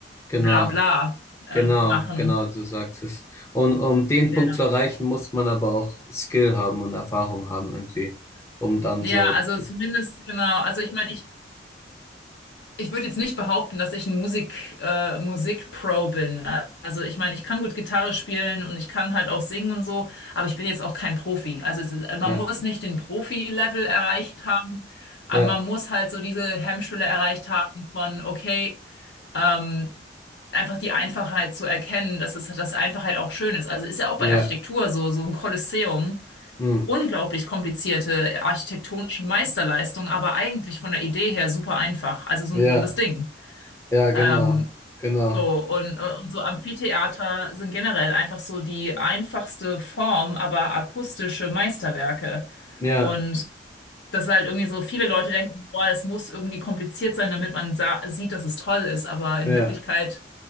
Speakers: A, on the left; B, on the left.
A: genau,
B: Blabla äh,
A: genau,
B: machen?
A: genau, du sagst es. Und um den
B: Ja.
A: Punkt zu erreichen, muss man aber auch Skill haben und Erfahrung haben irgendwie, um dann
B: Ja,
A: so,
B: also zumindest, genau. Also ich meine, ich, ich würde jetzt nicht behaupten, dass ich ein Musik, äh, Musik-Pro bin. Äh, Also ich meine, ich kann gut Gitarre spielen und ich kann halt auch singen und so, aber ich bin jetzt auch kein Profi. Also es, ist- man
A: ja,
B: muss nicht den Profi-Level erreicht haben, aber
A: ja,
B: man muss halt so diese Hemmschwelle erreicht haben von, okay, Ähm, einfach die Einfachheit zu erkennen, dass es, dass Einfachheit auch schön ist. Also ist ja auch bei
A: ja.
B: Architektur so, so ein Kolosseum.
A: Hm.
B: Unglaublich komplizierte architektonische Meisterleistung, aber eigentlich von der Idee her super einfach. Also so
A: Ja,
B: ein rundes Ding.
A: ja, genau,
B: Ähm,
A: genau.
B: so, und, und so Amphitheater sind generell einfach so die einfachste Form, aber akustische Meisterwerke.
A: Ja,
B: Und dass halt irgendwie so viele Leute denken, boah, es muss irgendwie kompliziert sein, damit man sa sieht, dass es toll ist, aber in
A: ja,
B: Wirklichkeit